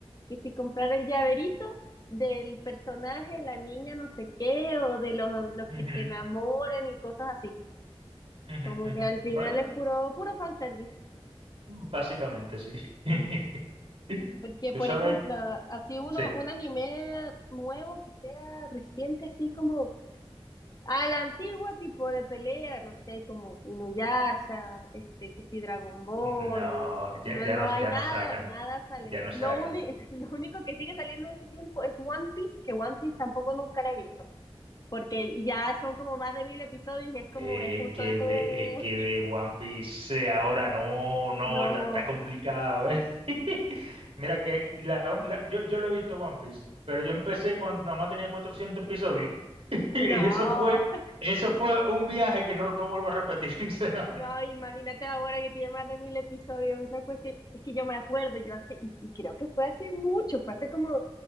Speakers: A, on the left; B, on the right.
A: que si comprar el llaverito del personaje, la niña no sé qué, o de los, los
B: ujú,
A: que se enamoran y cosas así.
B: ujú,
A: Como
B: ujú.
A: que al final
B: Ba-
A: es puro, puro fanservice.
B: básicamente sí. <laughs>
A: Mm. Porque,
B: Tú
A: por
B: sabes,
A: ejemplo, así uno,
B: sí,
A: un anime nuevo que sea reciente, así como a la antigua tipo de pelea, no sé, como Inuyasha, este, que sí, Dragon Ball,
B: no, ya,
A: no,
B: ya
A: no
B: nos,
A: hay
B: ya
A: nada,
B: nos sacan,
A: nada sale.
B: ya nos
A: Lo,
B: sacan.
A: uni- <laughs> lo único que sigue saliendo de ese tiempo es One Piece, que One Piece tampoco nunca la he visto, porque ya son como más de mil episodios y es como,
B: Eh,
A: es justo,
B: que
A: es
B: ve,
A: un,
B: eh, que ve One Piece eh, ahora, no, no,
A: no,
B: está, está complicado, ¿eh? <laughs> Mira que la un- la- yo, yo lo he visto One Piece, pero yo empecé cuando nada más tenía 400 episodios. <laughs>
A: no.
B: Y eso fue, eso fue un viaje que no lo vuelvo a repetir, <laughs> sinceramente.
A: No, imagínate ahora que tiene más de mil episodios. Esa cuestión, es que yo me acuerdo, yo hace, y, y creo que fue hace mucho, fue hace como